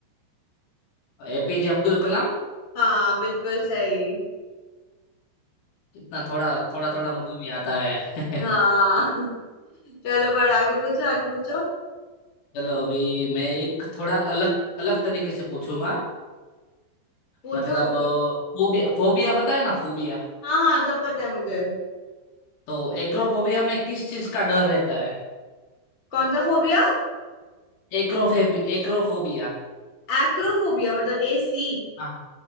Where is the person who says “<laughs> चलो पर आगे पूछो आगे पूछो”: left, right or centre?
Left